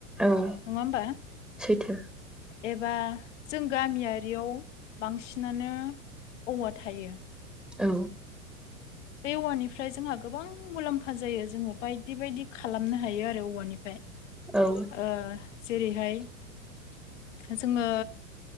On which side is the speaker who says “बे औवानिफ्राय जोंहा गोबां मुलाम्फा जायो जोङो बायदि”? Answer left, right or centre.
Left